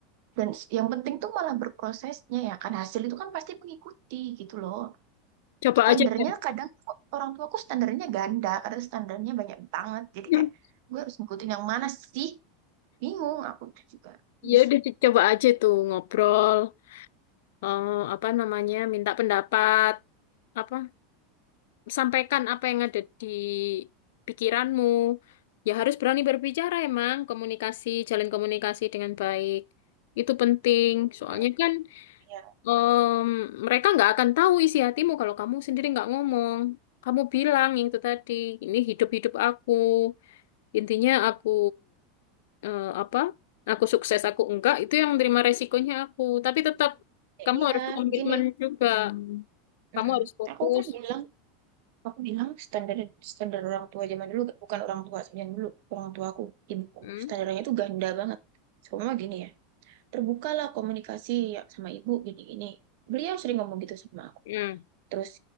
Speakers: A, on the right; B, on the left.
A: Dan s- yang penting tuh malah berprosesnya ya kan hasil itu kan pasti mengikuti gitu loh.
B: Coba
A: Standarnya
B: aja deh.
A: kadang tuh orang tuaku standarnya ganda karena standarnya banyak banget. Jadi
B: Hmm.
A: kayak gue harus ngikutin yang mana sih? Bingung aku tuh juga. Ih,
B: Ya udah di- coba aja tuh ngobrol eh, apa namanya? Minta pendapat apa? Sampaikan apa yang ada di pikiranmu. Ya harus berani berbicara emang komunikasi, jalin komunikasi dengan baik. Itu penting. Soalnya
A: Mm,
B: kan
A: Iya,
B: em, mereka nggak akan tahu isi hatimu kalau kamu sendiri nggak ngomong. Kamu bilang yang itu tadi, ini hidup-hidup aku. Intinya aku eh, apa? Aku sukses, aku enggak, itu yang menerima resikonya aku. Tapi tetap
A: Ya,
B: kamu
A: iya,
B: harus komitmen
A: gini.
B: juga. Kamu
A: Mm-mm.
B: harus fokus.
A: Aku kan bilang, aku bilang standar standar orang tua zaman dulu bukan orang tua zaman dulu, orang tuaku, ibuku.
B: Hmm?
A: Standarnya itu ganda banget. Semua gini ya. Terbukalah komunikasi ya sama ibu gini-gini. Beliau sering ngomong gitu sama aku.
B: Hmm.
A: Terus